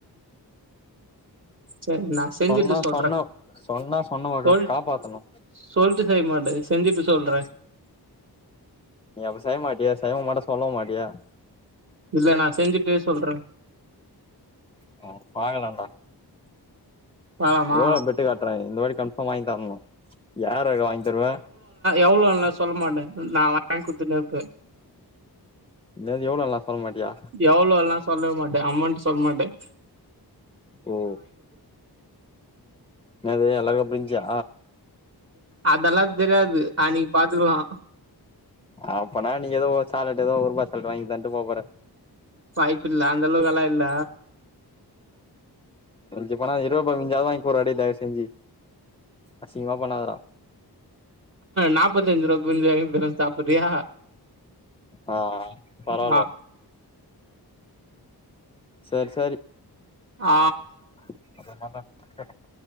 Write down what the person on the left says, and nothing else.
சொன்னா
சொன்ன சொன்னா சொன்னவ
காப்பாத்தணு
நீ அப்ப செய் மாட்டியா செய்யவு மாட்ட சொல்லவு மாட்டியா
அ பாக்கலாண்டா
எவ்ளோ பெட் டு கட்ற இந்த வாட்டி கன்ஃபாம் வாய்ந் தர்ணு யாருக்கு வாய்ந் தருவ
எனாது எவ்ளோல்லா சொல்ல மாட்டியா
ஓ எனது அழக ப்ரிஞ்சா
அப்பனா நீ எதோ ஒ சாக்லட் ஏதோ ஒருபா சாலட் வாய்ந் தன்ட்டு போப் போற
மிஞ்சு போனா இருபா <unintelligible> வாய்ங் குர்றா டே தயவ்செஞ்சி அசிங்மா பண்ணாதரா
ஆ பரவால்ல
சேர் சேரி
<inaudible>